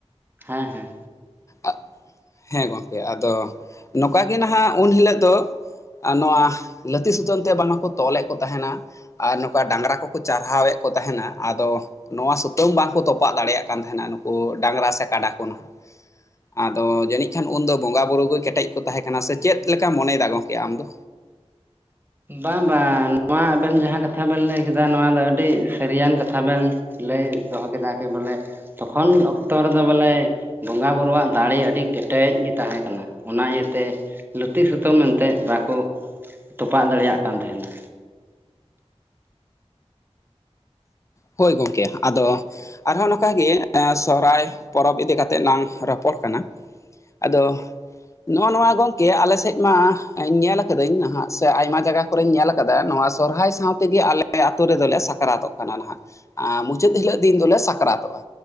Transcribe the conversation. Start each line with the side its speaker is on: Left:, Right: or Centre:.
Right: ᱦᱮᱸ ᱦᱮᱸ᱾
Left: ᱟᱜ ᱦᱮᱸ ᱜᱚᱝᱠᱮ ᱟᱫᱚ ᱱᱚᱠᱟ ᱜᱮ ᱱᱟᱦᱟᱜ ᱩᱱ ᱦᱤᱞᱳᱜ ᱫᱚ ᱟ-ᱱᱚᱣᱟ ᱞᱟᱹᱛᱤ ᱥᱩᱛᱟᱹᱢ ᱛᱮ ᱵᱟᱝᱢᱟᱠᱚ ᱛᱚᱞᱮᱜ ᱠᱚ ᱛᱟᱦᱮᱱᱟ᱾ ᱟᱨ ᱱᱚᱝᱠᱟ ᱰᱟᱝᱨᱟ ᱠᱚᱠᱚ ᱪᱟᱨᱦᱟᱣᱮᱜ ᱠᱚ ᱛᱟᱦᱮᱱᱟ ᱟᱫᱚ ᱱᱚᱣᱟ ᱥᱩᱛᱟᱹᱢ ᱵᱟᱝᱠᱚ ᱛᱚᱯᱟᱜ ᱫᱟᱲᱮᱭᱟᱜ ᱠᱟᱱ ᱛᱟᱦᱮᱱᱟ ᱱᱩᱠᱩ ᱰᱟᱝᱨᱟ ᱥᱮ ᱠᱟᱰᱟ ᱠᱚ ᱱᱟᱦᱟᱜ᱾ ᱟᱫᱚ ᱡᱟᱹᱱᱤᱡ ᱠᱷᱟᱱ ᱩᱱᱫᱚ ᱵᱚᱸᱜᱟ ᱵᱩᱨᱩ ᱠᱚ ᱠᱮᱴᱮᱡ ᱠᱚ ᱛᱟᱦᱮᱸ ᱠᱟᱱᱟ ᱥᱮ ᱪᱮᱫ ᱞᱮᱠᱟᱢ ᱢᱚᱱᱮᱭᱫᱟ ᱜᱚᱝᱠᱮ ᱟᱢᱫᱚ?
Right: ᱵᱟᱝ ᱵᱟᱝ ᱱᱚᱣᱟ ᱟᱵᱮᱱ ᱡᱟᱦᱟᱸ ᱠᱟᱛᱷᱟ ᱵᱮᱱ ᱞᱟᱹᱭ ᱠᱮᱫᱟ ᱱᱚᱣᱟ ᱫᱚ ᱟᱹᱰᱤ ᱥᱟᱹᱨᱤᱭᱟᱱ ᱠᱟᱛᱷᱟ ᱵᱮᱱ ᱞᱟᱹᱭ ᱫᱚᱦᱚ ᱠᱮᱫᱟ ᱠᱤ ᱵᱚᱞᱮ ᱛᱚᱠᱷᱚᱱ ᱚᱠᱛᱚ ᱨᱮᱫᱚ ᱵᱚᱞᱮ ᱵᱚᱸᱜᱟ ᱵᱩᱨᱩᱣᱟᱜ ᱫᱟᱲᱮ ᱟᱹᱰᱤ ᱠᱮᱴᱮᱡ ᱜᱮ ᱛᱟᱦᱮᱸ ᱠᱟᱱᱟ ᱚᱱᱟ ᱤᱭᱟᱹᱛᱮ ᱞᱩᱛᱤ ᱥᱩᱛᱟᱹᱢ ᱢᱮᱛᱮ ᱵᱟᱠᱚ ᱛᱚᱯᱟᱜ ᱫᱟᱲᱮᱭᱟᱜ ᱠᱟᱱ ᱛᱟᱦᱮᱱᱟ᱾
Left: ᱦᱳᱭ ᱜᱚᱝᱠᱮ ᱟᱫᱚ ᱟᱨᱦᱚᱸ ᱱᱚᱠᱟᱜᱮ ᱮᱸ ᱥᱚᱦᱚᱨᱟᱭ ᱯᱚᱨᱚᱵᱽ ᱤᱫᱤ ᱠᱟᱛᱮᱜ ᱞᱟᱝ ᱨᱚᱯᱚᱲ ᱠᱟᱱᱟ᱾ ᱟᱫᱚ ᱱᱚᱜᱼ ᱱᱚᱣᱟ ᱜᱚᱝᱠᱮ ᱟᱞᱮᱥᱮᱜ ᱢᱟ ᱧᱮᱞᱟ ᱠᱟᱹᱫᱟᱹᱧ ᱱᱟᱦᱟᱜ ᱥᱮ ᱟᱭᱢᱟ ᱡᱟᱭᱜᱟ ᱠᱚᱨᱮᱧ ᱧᱮᱞ ᱟᱠᱟᱫᱟ ᱱᱚᱣᱟ ᱥᱚᱨᱦᱟᱭ ᱥᱟᱶᱛᱮᱜᱮ ᱟᱞᱮ ᱟᱛᱳ ᱨᱮᱫᱚᱞᱮ ᱥᱟᱠᱨᱟᱛᱚᱜ ᱠᱟᱱᱟ ᱱᱟᱦᱟᱜ᱾ ᱟᱸ ᱢᱩᱪᱟᱹᱫ ᱦᱤᱞᱳᱜ ᱫᱤᱱ ᱫᱚᱞᱮ ᱥᱟᱠᱨᱟᱛᱚᱜᱼᱟ᱾